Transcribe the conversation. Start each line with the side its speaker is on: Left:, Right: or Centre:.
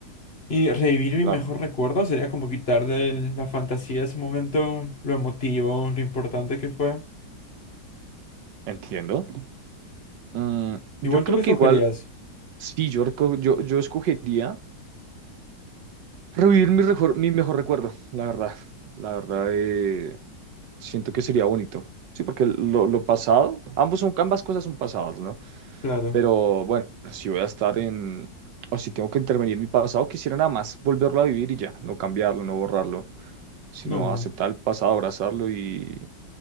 Left: Y revivir mi
Right: Claro.
Left: mejor recuerdo sería como quitarle la fantasía de ese momento, lo emotivo, lo importante que fue.
Right: Entiendo. Mm, yo
Left: Igual
Right: creo
Left: tú qué
Right: que
Left: escogerías.
Right: igual, sí, yo, reco- yo, yo escogería revivir mi mejor, mi mejor recuerdo, la verdad. La verdad, eh, siento que sería bonito. Sí, porque lo, lo pasado, ambos son, ambas cosas son pasadas, ¿no?
Left: Claro.
Right: Pero bueno, si voy a estar en, o si tengo que intervenir en mi pasado, quisiera nada más volverlo a vivir y ya, no cambiarlo, no borrarlo, sino
Left: No.
Right: aceptar el pasado, abrazarlo y,